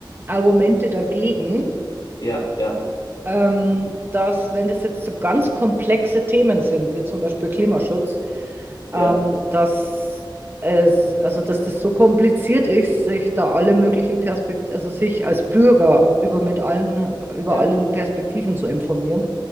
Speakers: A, on the right (about 25°); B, on the left (about 55°).
A: Argumente dagegen,
B: ja, ja,
A: ähm, dass wenn das jetzt so ganz komplexe Themen sind, wie zum Beispiel Klimaschutz,
B: ja,
A: ähm, dass es, also dass das so kompliziert ist, sich da alle möglichen Perspektiven, also sich als Bürger über mit allen, über
B: ja,
A: allen Perspektiven zu informieren.